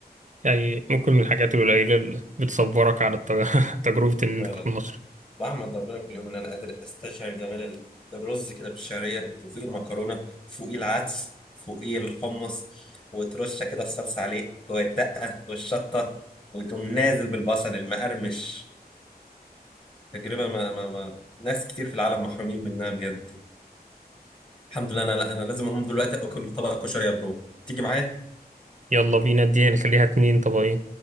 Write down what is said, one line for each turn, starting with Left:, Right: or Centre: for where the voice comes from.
Right: يعني ممكن من الحاجات القليله اللي بتصبرك على الت- <laughs> تجربه انك
Left: فعلا
Right: تكون مصري
Left: واحمد ربنا كل يوم ان انا قادر استشعر جمال ال- الرز كده بالشعريه وفوقيه المكرونه فوقيه العدس فوقيه الحمص وترشه كده الصلصه عليه والدقه والشطه وتقوم نازل بالبصل المقرمش تجربه ما, ما, ما ناس كتير في العالم محرومين منها بجد الحمد لله انا لا انا لازم اقوم دلوقتي اكل طبق كشري يا برو تيجي معايا
Right: يلا بينا دي نخليها اتنين طبقين